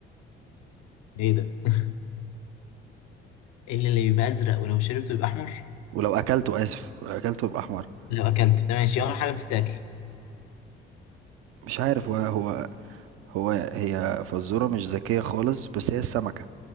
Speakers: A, on the left; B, on the right.
A: ايه ده <laughs> إيه اللي اللي بيبقى ازرق ولو شربته يبقى احمر
B: ولو اكلته اسف ولو اكلته يبقى احمر
A: لو اكلت ماشي اول حاجه بتتاكل
B: مش عارف هو هو هو هي فزورة مش ذكية خالص بس هي السمكة